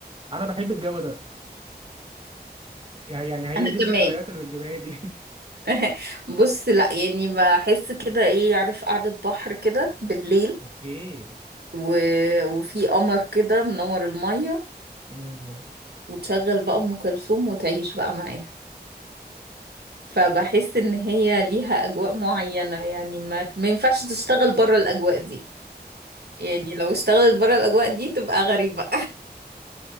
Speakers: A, on the right; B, on the right.
A: انا بحب الجو ده يع- يعني هي
B: انا
A: دي الذكريات
B: كمان
A: اللي بتجيبها لي <laughs>
B: <laughs> بص لا يعني بحس كده ايه عارف قعدة بحر كده بالليل
A: اوكي
B: و... وفي قمر كده منور المية
A: امم
B: وتشغل بقى أم كلثوم وتعيش بقى معاها فبحس ان هي ليها اجواء معينة يعني ما ما ينفعش تشتغل بره الاجواء دي يعني لو اشتغلت بره الاجواء دي تبقى غريبة